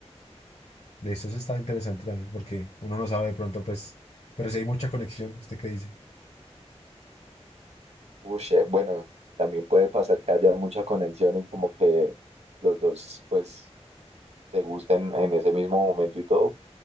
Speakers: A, on the left (about 70°); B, on the right (about 70°).
A: Listo, eso está interesante también porque uno no sabe de pronto, pues, pero si hay mucha conexión, ¿usted qué dice?
B: Uy, bueno, también puede pasar que haya mucha conexión y como que los dos pues se gusten en ese mismo momento y todo,